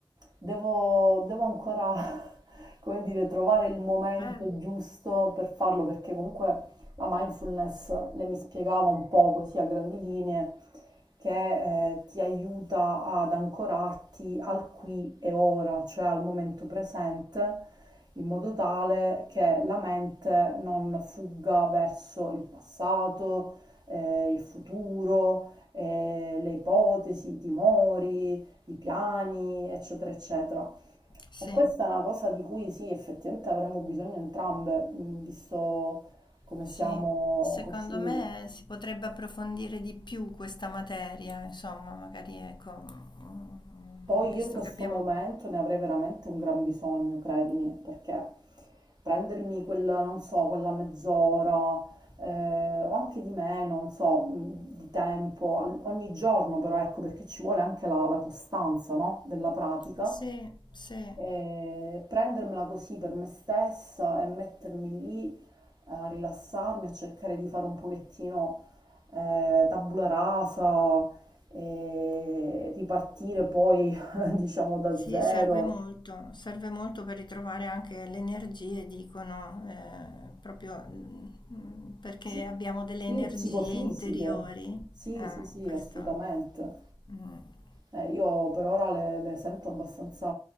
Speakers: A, on the right; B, on the left.
A: devo, devo ancora, <laughs> come dire, trovare il momento
B: Eh,
A: giusto per farlo, perché comunque la mindfulness le mi spiegava un po' così a grandi linee, che eh, ti aiuta ad ancorarti al qui e ora, cioè al momento presente, in modo tale che la mente non fugga verso il passato, eh, il futuro, eh, le ipotesi, i timori, i piani, eccetera, eccetera.
B: sì,
A: E questa è una cosa di cui sì, effettivamente avremmo bisogno entrambe, mh, visto come
B: sì.
A: siamo
B: Secondo
A: così
B: me si potrebbe approfondire di più questa materia, insomma, magari ecco, mm,
A: Poi
B: visto
A: io in questo
B: che abbiamo...
A: momento ne avrei veramente un gran bisogno, credimi, perché prendermi quella, non so, quella mezz'ora, eh, o anche di meno, non so, mh, di tempo, al- ogni giorno però, ecco, perché ci vuole anche la, la costanza, no? Della pratica,
B: Sì, sì.
A: e prendermela così per me stessa e mettermi lì a rilassarmi, a cercare di fare un pochettino eh, tabula rasa e ripartire poi, <laughs> diciamo, da
B: Sì,
A: zero.
B: serve molto, serve molto per ritrovare anche le energie, dicono, eh, proprio mm, mm, perché
A: Sì,
B: abbiamo delle
A: sì,
B: energie
A: psicofisiche,
B: interiori.
A: sì,
B: Ah,
A: sì, sì,
B: questo,
A: assolutamente.
B: mm.
A: Eh, io per ora le, le sento abbastanza,